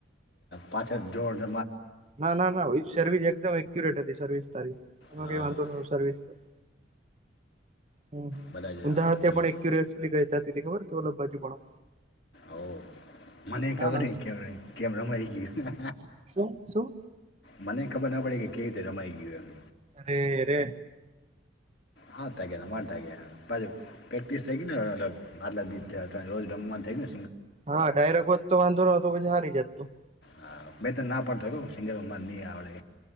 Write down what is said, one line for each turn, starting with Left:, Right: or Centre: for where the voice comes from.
Left: પાછા જ જોડ
Right: ના ના ના સર્વિસ એકદમ એકુરેટ હતી સર્વિસ તારી એમાં
Left: હા
Right: કઈ વાંધો ન સર્વિસ તો. હમ્મ હમ્મ.
Left: બધા જ
Right: ઊંધા પણ
Left: જોઈને
Right: એક ક્યુરિયસલી ગ ચાતીથી ખબર ઓ બાજુ પણ
Left: ઓ મને ખબર
Right: ના ના
Left: ન કે કેમરામાં આવી ગયું.
Right: શું શું
Left: મને ખબર ના પડે કે કેવી રીતે રમાઈ ગયું એમ.
Right: તેરે.
Left: હા ત ગે મા તગે ન ગ્યા. પ્રેક્ટિસ થઈ ગી ને મતલબ આટલા ગીત તા રોજ રમવા થઈ ને.
Right: હા ડાયરેક્ટ વધતો વાંધો નોતો પછી હારી જતું.
Left: હા મે તો ના પાડતો સિંગર માંને નહી આવડે.